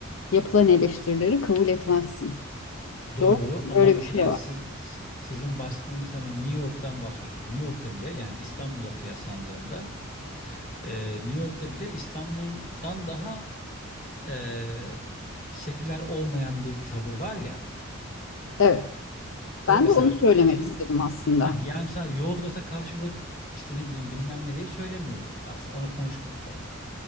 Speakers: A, on the left; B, on the left.
A: yapılan eleştirileri kabul etmezsin.
B: Doğru
A: Doğru mu?
B: ama
A: Böyle
B: mesela
A: bir şey var.
B: siz sizin bahsettiğiniz mesela New York'tan bahsediyorsun. New York'ta bile yani İstanbul'a kıyaslandığında e, New York'ta bile İstanbul'dan daha e, seküler olmayan bir tavır var ya.
A: Evet.
B: Or
A: Ben
B: mesela
A: de onu söylemek
B: diyelim
A: istedim aslında.
B: heh, yani mesela Yozgat'a karşılık işte ne bileyim bilmem nereye söylemiyoruz aslında onu konuşmuyoruz zaten.